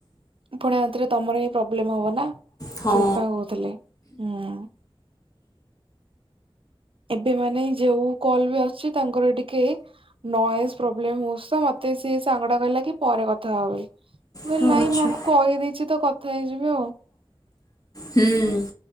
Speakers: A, on the right (about 65°); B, on the left (about 40°).
A: ପୁଣି ଆଉ ଥରେ ତମର ଏଇ ପ୍ରୋବ୍ଲେମ ହବ ନା ତ
B: ହଁ।
A: ସେଥିପାଇଁ କହୁଥିଲେ ହୁଁ। ଏବେ ମାନେ ଯୋଉ କଲ୍ ବି ଆସଛି ତାଙ୍କର ଟିକେ ନଏଜ ପ୍ରୋବ୍ଲେମ ହଉଛି ତ ମତେ ସିଏ ସାଙ୍ଗଟା କହିଲା କି ପରେ କଥା ହବୁ ବୋଲି ମୁଁ କହିଲି
B: ହଁ
A: ନାଇଁ
B: ଆଚ୍ଛା।
A: ମୁଁ ଆଙ୍କୁ କହିଦେଇଛି ତ କଥା ହେଇଯିବି ଆଉ
B: ହୁଁ